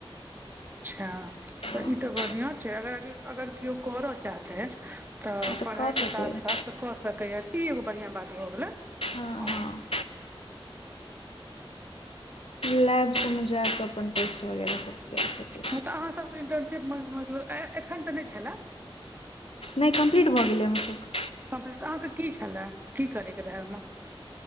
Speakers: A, on the right (about 20°); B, on the left (about 80°).
A: अच्छा
B: हँ
A: तऽ ई तऽ बढ़िआँ छै अगर अगर केओ करय चाहतै त
B: तऽ
A: पढ़ाइ
B: कऽ
A: के
B: सकैए
A: साथ साथ क सकैय की एगो बढ़िया बात भ गेलै
B: हँ
A: अह
B: हँ लैब सब में जाय के अपन टेस्ट वगैरह सब के सकै
A: अहाँ सभके इंटर्नशिप मे मतलब एखन त ने छलै
B: नहि कम्प्लीट भऽ गेलै हमरसब के
A: कम्पलीट तऽ अहाँके की छलै की करयके रहै ओहिमे <unintelligible>